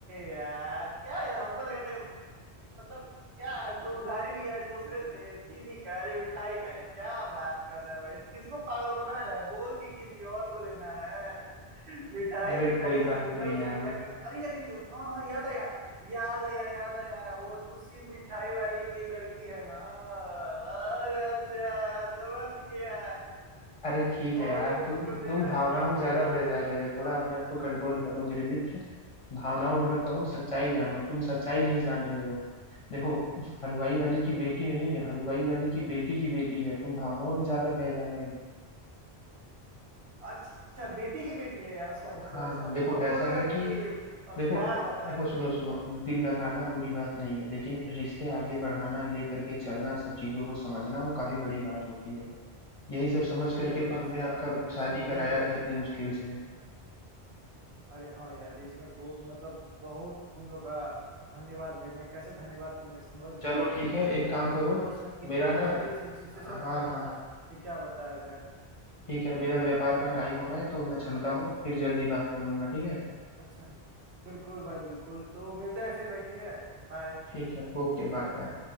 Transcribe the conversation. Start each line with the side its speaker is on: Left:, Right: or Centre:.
Right: यार क्या है हमको लगा था कि- मतलब क्या है तू उधारी लिया है दूसरे से चीनी का अरे मिठाई का यार क्या बात कर रहा है भाई किसको पागल बना रहा है बोल के किसी और को देना है मिठाई
Left: अरे
Right: मिठाई
Left: कोई
Right: रसगुल्ला
Left: बात नहीं
Right: रसगुल्ला
Left: यार
Right: कर अरे अरे हाँ हाँ याद आया याद आया याद आया वो उसी मिठाई वाली की लड़की है ना अरे अच्छा समझ गया
Left: अरे ठीक
Right: कौन
Left: है यार
Right: सा तुझको
Left: तुम तुम
Right: दे रहा
Left: भावनाओं
Right: है चीनी
Left: में ज्यादा बह जा रहे हो थोड़ा अपने आप को कंट्रोल करो मेरे मित्र भावनाओं में मत बहो सच्चाई जानो तुम सच्चाई नहीं जान रहे हो देखो उस हलवाई वाली की बेटी नहीं है हलवाई वाली की बेटी की बेटी है तुम भावनाओं में ज्यादा बह जा रहे हो
Right: अच्छा बेटी की बेटी है यार सॉरी सॉरी
Left: हाँ
Right: सॉरी
Left: हाँ देखो
Right: हमको
Left: ऐसा
Right: लगा
Left: है कि
Right: था कि अब
Left: देखो
Right: क्या बताए
Left: देखो सुनो सुनो दिल लगाना बुरी बात नहीं है लेकिन रिश्ते आगे बढ़ाना लेकर के चलना सब चीजों को समझना वो काफी बड़ी बात होती है यही सब समझ करके
Right: ये तो
Left: तो
Right: बात
Left: हमने
Right: सही
Left: आपका
Right: कहा तुमने भाई
Left: शादी
Right: इसमें
Left: कराया
Right: कोई दो राय
Left: था इतने
Right: नहीं
Left: मुश्किल
Right: है
Left: से
Right: अरे हाँ यार इसमें को मतलब बहुत तुम लोग का धन्यवाद भाई मैं कैसे धन्यवाद करूँ ये समझ नहीं
Left: चलो
Right: आता इस
Left: ठीक
Right: बारे
Left: है
Right: में
Left: एक काम करो
Right: मैं उस समय कितने
Left: मेरा ना
Right: कठिन सिचुएशन में
Left: हाँ
Right: फंसा
Left: हाँ
Right: था ये क्या बताया जाए
Left: ठीक है मेरा व्यापार का टाइम हो रहा है
Right: हाँ
Left: तो
Right: भाई
Left: मैं
Right: बोलो
Left: चलता हूँ फिर जल्दी बात करूंगा ठीक है
Right: अच्छा बिल्कुल भाई बिल्कुल तो मिलते हैं फिर भाई ठीक है बाय
Left: ठीक है ओके बाय बाय